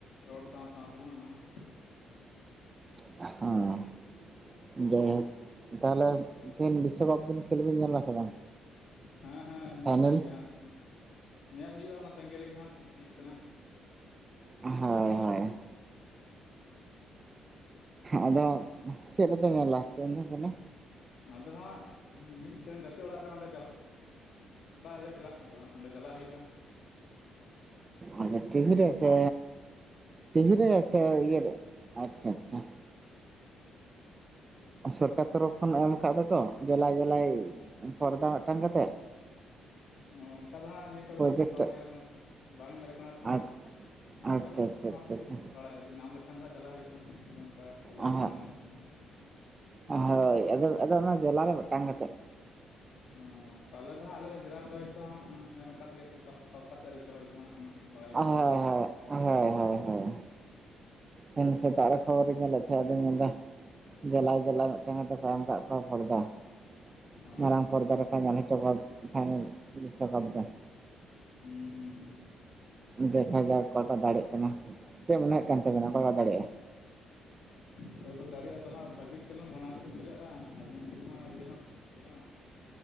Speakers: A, on the left; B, on the right.
A: ᱨᱚᱲ ᱥᱟᱶ ᱥᱟᱶᱛᱮ ᱦᱚᱸ ᱚᱱᱟ ᱦᱚᱸ ᱾
B: ᱦᱚᱸ ᱾ ᱡᱟᱭᱦᱳᱠ ᱛᱟᱦᱚᱞᱮ ᱛᱤᱦᱤᱧ ᱵᱤᱥᱥᱚ ᱠᱟᱯ ᱵᱤᱱ ᱠᱷᱮᱞ ᱵᱤᱱ ᱧᱮᱞ ᱫᱟ ᱥᱮ ᱵᱟᱝ?
A: ᱦᱮᱸ ᱦᱮᱸ ᱧᱮᱞ
B: ᱯᱷᱟᱭᱱᱮᱞ
A: ᱦᱳᱭᱳᱜ ᱜᱮᱭᱟ ᱦᱟᱸᱜ ᱧᱮᱞ ᱦᱳᱭᱳᱜᱼᱟ ᱚᱱᱟ ᱛᱟᱺᱜᱤ ᱨᱮᱜᱮ ᱦᱟᱸᱜ ᱦᱩᱭᱩᱜ ᱠᱟᱱᱟ ᱾
B: ᱦᱚᱭ ᱦᱚᱭ ᱾ ᱟᱫᱚ ᱪᱮᱫ ᱨᱮᱯᱮ ᱧᱮᱞᱟ ᱛᱤᱦᱤᱧ ᱫᱚ ᱛᱟᱦᱞᱮ?
A: ᱟᱫᱚ ᱦᱟᱸᱜ ᱢᱤᱫᱴᱮᱱ ᱜᱟᱛᱮ ᱚᱲᱟᱜ ᱨᱮ ᱚᱸᱰᱮ ᱪᱟᱞᱟᱼᱼ <unintelligible> ᱟᱫᱚ ᱦᱟᱸᱜ ᱚᱸᱰᱮ ᱪᱟᱞᱟᱜ ᱦᱩᱭᱩᱜᱼᱟ ᱾
B: ᱟᱪᱷᱟ ᱴᱤᱵᱷᱤ ᱨᱮ ᱥᱮ ᱴᱤᱵᱷᱤ ᱨᱮ ᱥᱮ ᱤᱭᱟᱹ ᱨᱮ ᱟᱪᱪᱷᱟ ᱟᱪᱪᱷᱟ ᱾ ᱥᱚᱨᱠᱟᱨ ᱛᱚᱨᱚᱯᱷ ᱠᱷᱚᱱ ᱮᱢ ᱟᱠᱟᱫ ᱫᱚᱠᱚ ᱡᱮᱞᱟ ᱡᱮᱞᱟᱭ ᱼᱼ ᱯᱚᱨᱫᱟ ᱢᱤᱫᱴᱟᱝ ᱠᱟᱛᱮᱜ ᱾
A: ᱚ ᱚᱱᱠᱟ ᱫᱚ ᱦᱟᱸᱜ ᱱᱤᱭᱟᱹ ᱠᱚᱨᱮ
B: ᱯᱨᱚᱡᱮᱠᱴ
A: ᱫᱚ ᱚᱠᱚᱨ ᱵᱟᱝ ᱧᱮᱞ ᱠᱟᱱᱟ ᱛᱚ ᱵᱟᱝ ᱧᱮᱞ ᱠᱟᱱᱟ ᱼᱼ ᱠᱟᱱᱟ
B: ᱟᱪᱪᱷᱟ
A: ᱛᱚ ᱦᱟᱸᱜ
B: ᱟᱪᱪᱷᱟ
A: ᱟᱫᱚ ᱠᱷᱚᱵᱚᱨ
B: ᱟᱪᱪᱷᱟ
A: ᱫᱚ ᱵᱟᱹᱧ ᱵᱟᱲᱟᱭᱟ ᱧᱟᱢ ᱞᱮᱠᱷᱟᱱ ᱫᱚ ᱦᱟᱸᱜ ᱪᱟᱞᱟᱜ ᱦᱩᱭᱩᱜᱼᱟ ᱚᱱᱠᱟ ᱼᱼ ᱠᱷᱚᱵᱚᱨ
B: ᱟᱪᱪᱷᱟ
A: ᱠᱚ ᱧᱟᱢ
B: ᱦᱳᱭ
A: ᱞᱮᱠᱷᱟᱱ ᱦᱟᱸᱜ ᱾
B: ᱦᱳᱭ ᱟᱫᱚ ᱟᱫᱚ ᱚᱱᱟ ᱡᱚᱞᱟ ᱨᱮ ᱢᱮᱫᱴᱟᱝ ᱠᱟᱛᱮ ᱾
A: ᱚᱸᱻ ᱛᱟᱦᱚᱞᱮ ᱫᱚ ᱦᱟᱸᱜ ᱟᱞᱮ ᱨᱮ ᱡᱮᱞᱟ ᱨᱮ ᱫᱚ ᱦᱚᱭᱛᱳ ᱦᱟᱸᱜ ᱮᱢ ᱟᱠᱟᱫ ᱜᱮᱭᱟ ᱠᱚ ᱚᱠᱟ ᱥᱮᱫ ᱼᱼ ᱨᱮᱪᱚ ᱦᱚᱭᱛᱳ ᱦᱟᱸᱜ ᱩᱱᱟᱜ ᱵᱟᱲᱟᱭ
B: ᱦᱳᱭ
A: ᱵᱟᱹᱱᱩᱜ ᱟᱠᱟᱫᱟ ᱾
B: ᱦᱳᱭ ᱦᱳᱭ ᱦᱳᱭ ᱦᱳᱭ ᱛᱮᱦᱮᱧ ᱥᱮᱛᱟᱜ ᱨᱮ ᱠᱷᱚᱵᱚᱨᱤᱧ ᱧᱮᱞᱮᱫ ᱛᱟᱦᱮᱸᱫ ᱟᱫᱚᱧ ᱢᱮᱱ ᱫᱟᱼᱼ ᱡᱮᱞᱟᱭ ᱡᱮᱞᱟᱭ ᱢᱤᱫᱴᱮᱝ ᱛᱮ ᱠᱚ ᱮᱢ ᱟᱠᱟᱫ ᱠᱚᱣᱟ ᱯᱚᱨᱫᱟ ᱾
A: ᱚ
B: ᱢᱟᱨᱟᱝ ᱯᱚᱨᱫᱟ ᱨᱮ ᱠᱚ ᱧᱮᱞ ᱦᱚᱪᱚ ᱠᱚᱣᱟ ᱯᱷᱟᱭᱱᱮᱞ ᱵᱤᱥᱥᱚ ᱠᱟᱯ ᱫᱚ ᱾
A: ᱦᱩᱸ ᱦᱩᱸ ᱦᱩᱸ ᱾
B: ᱫᱮᱠᱷᱟ ᱡᱟᱠ ᱚᱠᱚᱭ ᱠᱚ ᱫᱟᱲᱮᱜ ᱠᱟᱱᱟ ᱪᱮᱫ ᱢᱚᱱᱮ ᱦᱳᱭᱳᱜ ᱠᱟᱱ ᱛᱟᱵᱮᱱᱟ ᱚᱠᱚᱭ ᱠᱚ ᱫᱟᱲᱮᱜᱼᱟ?
A: ᱚᱠᱚᱭ ᱠᱚ ᱫᱟᱲᱮᱭᱟᱜ ᱟᱫᱚ ᱦᱟᱸᱜ ᱵᱷᱟᱹᱜᱤ ᱠᱷᱮᱞ ᱦᱚᱸ ᱵᱟᱱᱟᱨ ᱜᱮᱠᱚ ᱠᱷᱮᱞᱚᱜᱼᱟ ᱟᱨᱡᱮᱱᱴᱤᱱᱟ ᱦᱚᱸ ᱤᱭᱟᱹ ᱦᱚᱸ ᱾ ᱤᱭᱟᱹ ᱦᱚᱸ